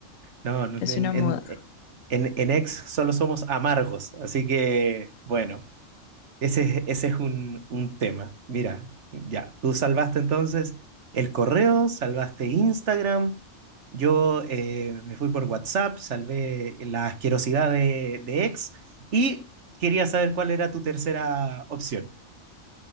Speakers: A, on the right; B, on the left.
A: No, no,
B: es
A: en,
B: una moda.
A: en, eh, en, en Ex solo somos amargos, así que bueno, ese, es- ese es un, un tema. Mira, ya, tú salvaste entonces el correo, salvaste Instagram, yo eh, me fui por WhatsApp, salvé la asquerosidad de, de Ex y quería saber cuál era tu tercera opción.